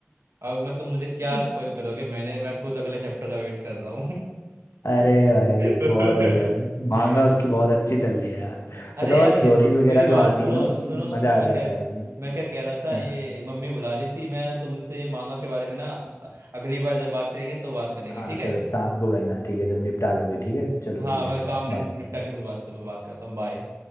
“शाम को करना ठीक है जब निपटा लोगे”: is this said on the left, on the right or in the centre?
Left